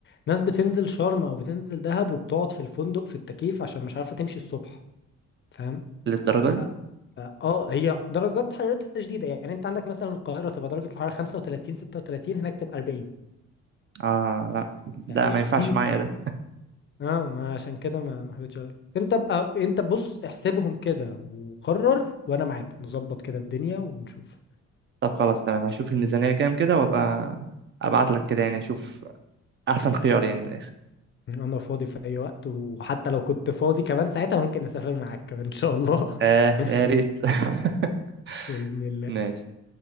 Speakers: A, on the left; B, on the right.
A: ناس بتنزل شرم او بتنزل دهب وبتقعد في الفندق في التكييف عشان مش عارفه تمشي الصبح فاهم
B: للدرجة
A: ف
B: دي
A: ف- اه هي درجات حرارتها شديده يعني انت عندك مثلا القاهره تبقى درجه الحراره 35 36 هناك تبقى 40
B: آه لا ده
A: فهي
B: ما ينفعش
A: شديده
B: معايا ده
A: اه ما عشان كده ما ما حبيتش أقولك. انت بقى انت بص احسبهم كده وقرر وانا معاك نظبط كده الدنيا ونشوف
B: طب خلاص تمام هشوف الميزانية كام كده وأبقى أبعت لك كده يعني أشوف أحسن خيار يعني من الآخر
A: انا فاضي في اي وقت وحتى لو كنت فاضي كمان ساعتها ممكن اسافر معاك كمان ان شاء الله
B: آه
A: <laughs>
B: يا ريت <laughs>
A: بإذن الله
B: ماشي